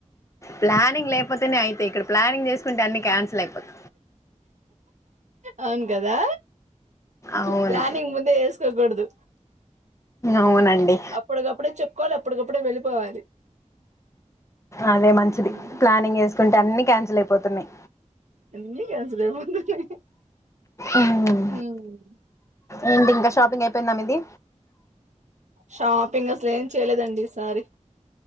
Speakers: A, on the left (about 25°); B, on the right (about 65°).
A: ప్లానింగ్ లేకపోతేనే అయితయి ఇక్కడ ప్లానింగ్ చేసుకుంటే అన్ని క్యాన్సిల్ అయిపోతాయి
B: అవును కదా
A: అవును
B: ప్లనింగ్ ముందే వేస్కోకూడదు
A: అవునండి
B: అప్పటికప్పుడే చెప్పుకోవాలి అప్పటికప్పుడే వెళ్ళిపోవాలి
A: అదే మంచిది
B: ఉమ్,
A: ప్లానింగ్ వేసుకుంటే అన్ని క్యాన్సిల్ అయిపోతున్నాయి
B: అన్ని క్యాన్స్సల్ అయిపోతున్నాయి
A: ఉమ్.
B: మ్
A: ఏంటి ఇంకా షాపింగ్ అయిపోయిందా మిది
B: షాపింగ్ అసలు ఏం చేయలేదండి ఈసారి